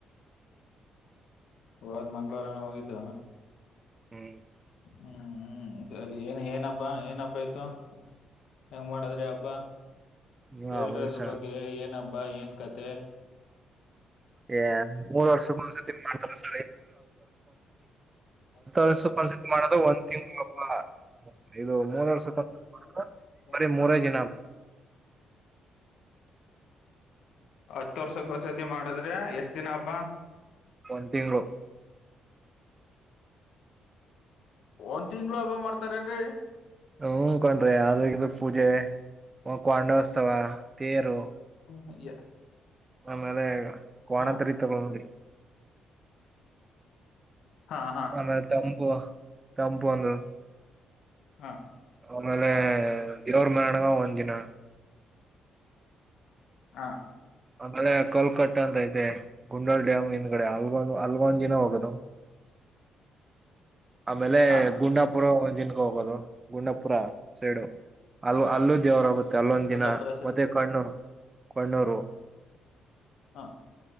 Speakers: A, on the left; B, on the right.
A: ಹೋದ್ ಮಂಗಳವಾರ ನಾ ಹೋಗಿದ್ದ
B: ಹ್ಮ್
A: ಹ್ಮ್ ಸರಿ ಏನ್ ಏನ ಹಬ್ಬಾ ಏನ್ ಹಬ್ಬ ಇತ್ತು. ಹೆಂಗ ಮಾಡದ್ರಿ ಹಬ್ಬಾ
B: ನೀವ
A: ಹೇಳ್ರಿ
B: ಅಮೂಲ್
A: ಅದ್ರ
B: ಸರ್
A: ಬಗ್ಗೆ ಏನ್. ನಬ್ಬಾ ಏನ್ ಕತೆೆ.
B: ಹೇ ಮೂರು ವರ್ಷ. <inaudible>
A: <inaudible> ಹತ್ತು ವರ್ತಿ
B: ವರ್ಷಕ್ಕ
A: ಕನ್ಸಿತ್
B: ಒಂದ್ಸತಿ
A: ಮಾಡದು
B: ಮಾಡೋದು
A: ಒಂದ್ ತಿಂಗು
B: ತಿಂಗಳಪ್ಪ
A: ಹಬ್ಬ
B: ಇದು
A: ಒಬ್ೇ
B: ಮೂರ್
A: ವರ್ಷ
B: ವರ್ಷಕ್ಕ
A: ಕನ್ಸಿ ಮಾಡದು. <inaudible>
B: ಬರೀ ಮೂರೇ ದಿನ
A: <unintelligible> ಹತ್ತು ವರ್ಷಕ್ ಒಂದ್ಸತಿ ಮಾಡದ್ರ ಎಷ್ಟ್ ದಿನ ಹಬ್ಬ.
B: ಒಂದ್ ತಿಂಗಳು
A: ಒಂದ್ ತಿಂಗ್ಳ ಹಬ್ಬ ಮಾಡ್ತಾರೇನ್ರಿ.
B: ಹ್ಮ ಕಂಡ್ರಿ ಅದು ಇದು ಪೂಜೆ.
A: <inaudible>
B: ಕೊಂಡೋತ್ಸವ ತೇರು ಆಮೇಲೆ ಕೋಣ
A: ಹಾ
B: ತರಿತಾರೆ ನೋಡಿ.
A: ಹಾ ಹಾ
B: ಆಮೇಲೆ ತಂಪು ತಂಪು ಅಂದ.
A: ಹಾ
B: ಆಮೇಲೆ
A: ಹಾ
B: ದೇವರ ಮೆರವಣಿಗೆ ಒಂದ್ ದಿನ.
A: ಹಾ
B: ಆಮೇಲೆ ಕಲ್ಕಟ್ಟೆ ಅಂತ ಐತೆ ಗುಂಡಾಲ್ ಡ್ಯಾಮ್ ಹಿಂದ್ಗಡೆ ಹಲ್ಗೊ್ ಹಲ್ಗೊಂದ್ ದಿನ ಹೋಗೋದು. ಆಮೇಲೆ
A: ಹಾ
B: ಗುಂಡಾಪುರ <inaudible> ಜಿನಕ್ಕೆ ಹೋಗೋದು ಗುಂಡಾಪುರ ಸೈಡು ಅಲ್ಲೂ ಅಲ್ಲೂ. ದೇವರಗುತ್ತೆ ಅಲ್ಲೊಂದ್
A: ಗುಂಡಾಪುರ
B: ದಿನ
A: ಸೈಡ್
B: ಮತ್ತೆ ಕಣ್ಣೂರು ಕಣ್ಣೂರು.
A: ಹಾ